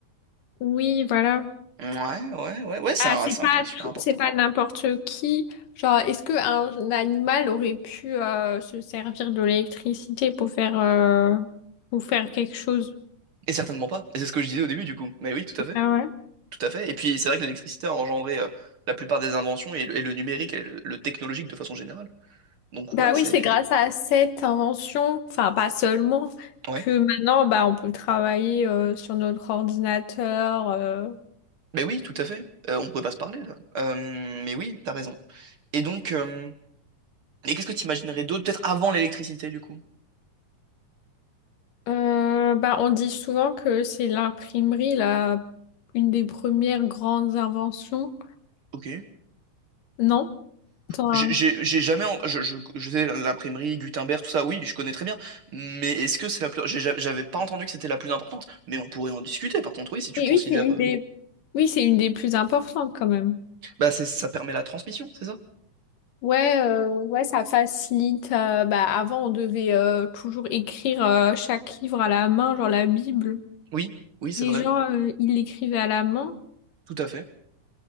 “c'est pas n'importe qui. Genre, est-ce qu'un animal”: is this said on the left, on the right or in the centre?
Left